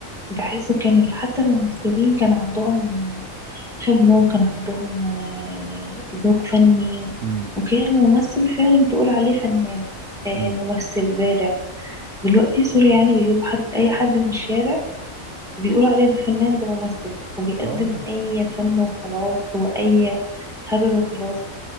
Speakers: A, in the centre; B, on the right.
A: بحسه كان حتى الممثلين كان عندهم خبرة وكان عندهم آه، ذوق فني
B: امم
A: وكان الممثل فعلا تقول عليه فنان آه،
B: امم
A: ممثل بارع دلوقتي سوري يعني بيجيب حد أي حد من الشارع بيقول عليه ده فنان ده ممثل وبيقدم
B: اه
A: أي فن وخلاص وأي هبل وخلاص